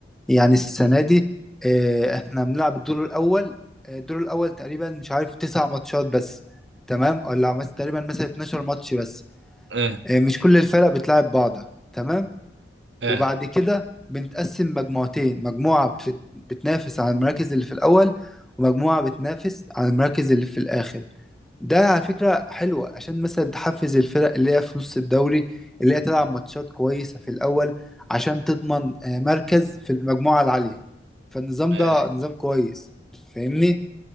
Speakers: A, in the centre; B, on the right.
A: يعني السنة دي آه، احنا بنلعب الدور الأول آه، الدور الأول تقريبا مش عارف تسع ماتشات بس تمام ولا مس- تقريبا مثلا 12 ماتش بس
B: آه
A: آه، مش كل الفرق بتلعب بعض تمام
B: آه
A: وبعد كده بنتقسم مجموعتين مجموعة بت- بتنافس على المراكز اللي في الأول ومجموعة بتنافس على المراكز اللي في الآخر ده على فكرة حلوة عشان مثلا تحفز الفرق اللي هي في نص الدوري اللي هي تلعب ماتشات كويسة في الأول عشان تضمن آه، مركز في المجموعة العالية فالنظام
B: آه.
A: ده نظام كويس فاهمني؟